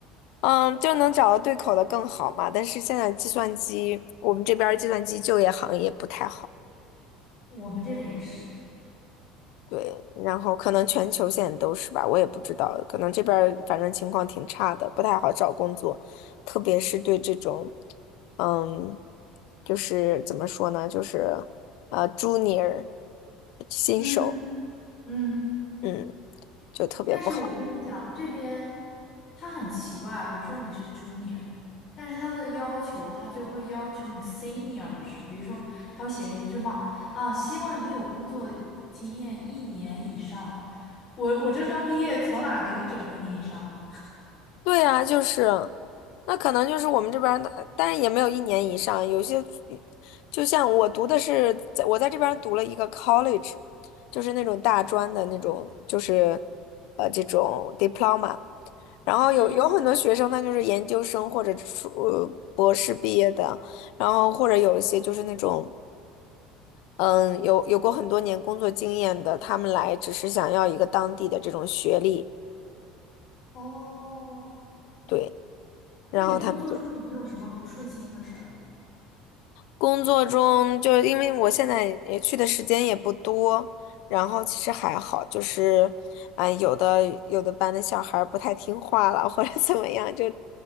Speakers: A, on the left; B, on the left.
A: 嗯，就能找到对口的更好嘛。但是现在计算机，我们这边儿计算机就业行业不太好，
B: 我们这边也是。
A: 对，然后可能全球现在都是吧，我也不知道，可能这边儿反正情况挺差的，不太好找工作，特别是对这种，嗯，就是怎么说呢，就是呃，junior 新手。
B: 嗯嗯，
A: 嗯，就特别不好。
B: 但是我跟你讲，这边他很奇怪啊，比如说你是 junior，但是他的要求他就会要求你 senior 的事，比如说他会写一句话啊，希望你有工作经验一年以上。我我这刚毕业，从哪给你整一年以上？
A: 对啊，就是，那可能就是我们这边儿的，但是也没有一年以上，有些，就像我读的是，在我在这边儿读了一个 college，就是那种大专的那种，就是，呃，这种 diploma，然后有有很多学生他就是研究生或者是呃博士毕业的，
B: 嗯。
A: 然后或者有一些就是那种。嗯，有有过很多年工作经验的，他们来只是想要一个当地的这种学历，
B: 哦，
A: 对。然后他们就。
B: 那你工作中有没有什么不顺心的事儿？
A: 工作中就是因为我现在也去的时间也不多，然后其实还好，就是，啊、有的有的班的小孩儿不太听话了，或者怎么样，就